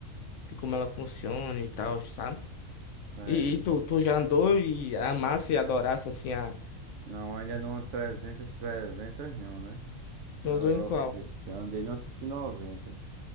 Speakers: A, on the left (about 70°); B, on the right (about 65°).
A: de como ela funciona e tal, sabe?
B: vai-
A: E, e tu, tu já andou e amasse e adorasse assim a.
B: não, ainda não é 300, não, né? Já,
A: Tu andou em qual?
B: já andei na cento E noventa,